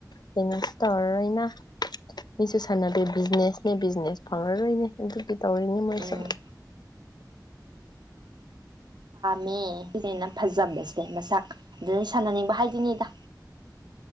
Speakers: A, on the left; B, on the right.
A: ꯀꯩꯅꯣꯁꯨ ꯇꯧꯔꯔꯣꯏꯅ ꯃꯤꯁꯨ ꯁꯥꯟꯅꯕꯦ ꯕꯤꯖꯤꯅꯦꯁꯅꯦ ꯕꯤꯖꯤꯅꯦꯁ ꯐꯪꯉꯔꯣꯏꯅꯦ ꯑꯗꯨꯝ ꯇꯧꯔꯤꯅꯤ ꯃꯣꯏꯁꯨ
B: ꯎꯝ ꯎꯝ ꯃꯦ ꯅꯨꯄꯤ ꯒꯩꯅ ꯐꯖꯕꯁꯦ ꯃꯁꯥꯛ ꯑꯗꯨꯗꯩ ꯁꯥꯟꯅꯅꯤꯡꯕ ꯍꯥꯏꯗꯨꯅꯤꯗ